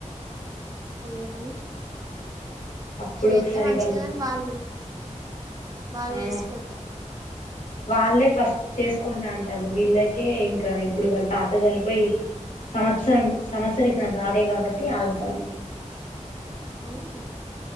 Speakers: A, on the right; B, on the left.
A: ఏను
B: అప్పుడు
A: చేత్త
B: ఒకసారి
A: మంచిది
B: వాళ్ళు
A: కాని వాళ్ళు వాళ్ళు
B: ఆ
A: చేసుకద్దా
B: వాళ్ళే ఫస్ట్ చేసుకుంటా అంటారు వీళ్ళకే ఇంకా ఇప్పుడు వాళ్ళ తాత చనిపోయి సంవత్సరం సంవత్సరకి న రాలే కాబట్టి ఆగుతాారు
A: ఉవు